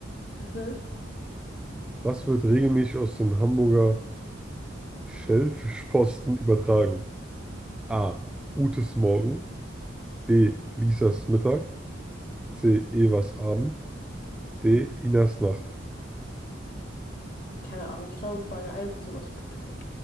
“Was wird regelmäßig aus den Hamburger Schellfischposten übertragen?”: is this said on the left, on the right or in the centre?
Centre